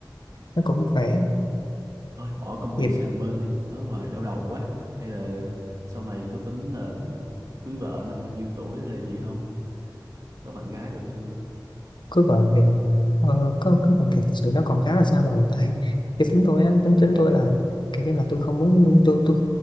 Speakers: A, on the right; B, on the left.
A: ừ.
B: nó cũng khỏe
A: Thôi bỏ công việc
B: dịp
A: sang bên đi nói hoài đau đầu quá hay là sau này có tính là cưới vợ năm bao nhiêu tuổi hay là gì không có bạn gái rồi chưa
B: cứ vợ thì ờ, có cứ vợ thì thực sự nó còn khá là xa rồi tại cái tính tôi á tính tính tôi là kiểu như là tôi không muốn tôi tôi